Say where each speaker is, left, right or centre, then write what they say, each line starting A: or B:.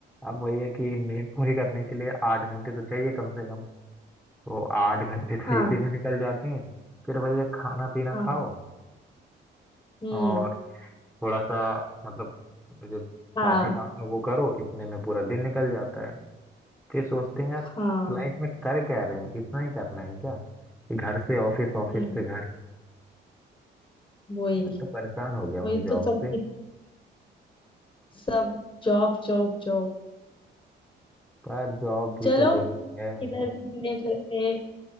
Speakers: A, in the centre; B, on the left.
A: अब वही है कि नींद पूरी करने के लिए आठ घंटे तो चाहिए कम से कम तो आठ घंटे तो
B: हाँ
A: इसी में निकल जाते हैं फिर वही है खाना पीना
B: हाँ
A: खाओ
B: हम्म
A: और थोड़ा सा मतलब जो
B: हाँ
A: बाकी काम है वो करो इतने में पूरा दिन निकल जाता है फिर सोचते हैं यार
B: हाँ
A: लाइफ में कर क्या रहे हैं इतना ही करना है क्या कि घर से ऑफिस ऑफिस
B: हम्म
A: से घर
B: वही
A: मैं तो परेशान हो गया हूँ
B: वही
A: इस जॉब
B: तो सबके
A: से
B: सब जॉब जॉब जॉब
A: पर जॉब भी
B: चलो
A: तो जरूरी है
B: इधर घूमने चलते हैं,